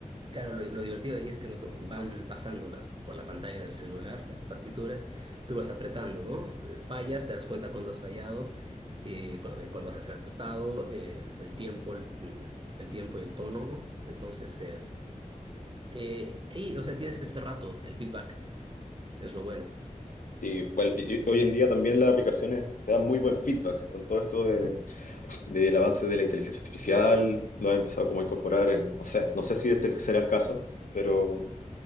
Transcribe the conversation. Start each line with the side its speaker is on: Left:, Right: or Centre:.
Right: Claro, lo, lo divertido ahí es que no- van pasándolas por la pantalla del celular las partituras, tú vas apretando, ¿no? Eh, Fallas, te das cuenta cuándo has fallado, eh, cu- eh, cuándo has acertado, eh, el tiempo, el, mm, el tiempo y el tono, ¿no? Entonces, eh, eh, y, o sea, tienes ese rato, el feedback, es lo bueno.
Left: Y, bueno, y hoy en día también las aplicaciones te dan muy buen feedback con todo esto de- del avance de la inteligencia artificial, lo han empezado como a incorporar en, no sé, no sé si este será el caso, pero